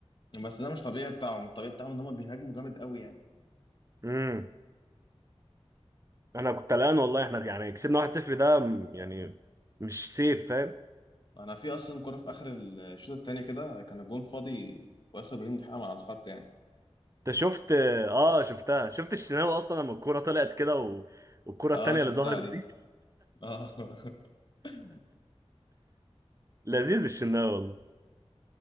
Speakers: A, on the left; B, on the right.
A: بس ده مش طبيعي بتاعهم الطبيعي بتاعهم ان هم بيهاجموا جامد قوي يعني
B: امم انا كنت قلقان والله احنا يعني كسبنا 1-0 ده م- يعني مش سيف فاهم
A: انا في اصلا كرة في اخر الشوط الثاني كده كان الجون فاضي واسر ابراهيم لحقها من على الخط يعني
B: انت شفت اه شفتها شفت الشناوي اصلا لما الكوره طلعت كده و... والكوره
A: اه
B: التانيه
A: شفتها
B: اللي ظهرت
A: دي
B: دي
A: اه <laughs>
B: لذيذ الشناوي